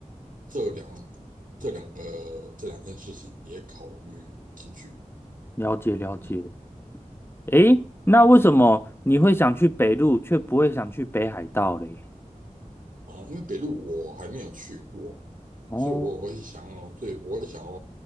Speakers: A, on the right; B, on the left.
A: 这两这两个这两件事情也考虑进去。
B: 了解了解，
A: 嗯。
B: 诶，那为什么你会想去北路，却不会想去北海道嘞？
A: 啊，因为北路我还没有去过，
B: 哦，
A: 所以我会想要，对，我会想要